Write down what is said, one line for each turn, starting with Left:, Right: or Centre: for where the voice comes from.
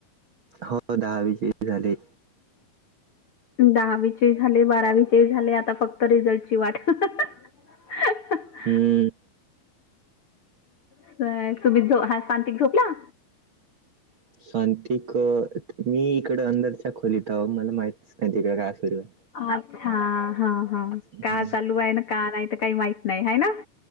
Right: हो दहावीचे <unintelligible> झाले.
Left: दहावीचे ही झाले, बारावीचे ही झाले आता फक्त रिझल्टची वाट. <unintelligible>
Right: हम्म.
Left: असा आहे सुबीत झो हा सांतिक झोपला?
Right: सांंतिक मी इकडं अंदरच्या खोलीत आहो मला माहितच नाही तिकडे काय सुरू आहे.
Left: अच्छा हा हा
Right: हम्म.
Left: का चालू आहे ना का नाही तर काही माहित नाही हाय ना?